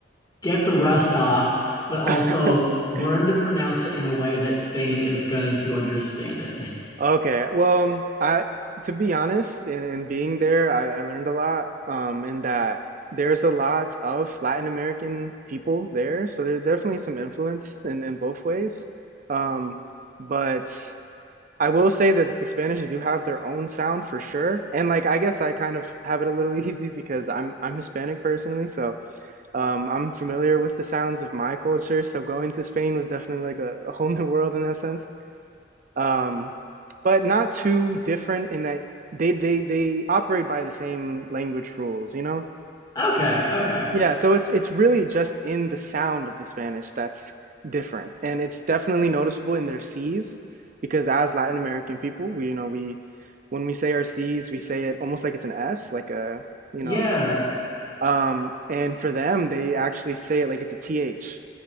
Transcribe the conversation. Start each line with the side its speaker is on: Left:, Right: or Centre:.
Left: get the rust off, but also
Right: <laughs>
Left: learn to pronounce it in a way that Spain is going to understand it. <laughs>
Right: Okay. Well, um, I to be honest, in, in being there, I, I learned a lot. Um, in that there's a lot of Latin American people there, so there's definitely some influence in, in both ways. Um, but I will say that the Spanish do have their own sound for sure. And like I guess I kind of have it a little <laughs> easy because I'm I'm Hispanic personally, so um, I'm familiar with the sounds of my culture. So going to Spain was definitely like a, a whole new world in that sense. um, but not too different in that they they they operate by the same language rules, you know?
Left: Okay, okay.
Right: Yeah, so it's it's really just in the sound of the Spanish that's different, and it's definitely noticeable in their C's because as Latin American people, we you know we when we say our C's, we say it almost like it's an S, like a you
Left: Yeah.
Right: know, um, and for them, they actually say it like it's a TH.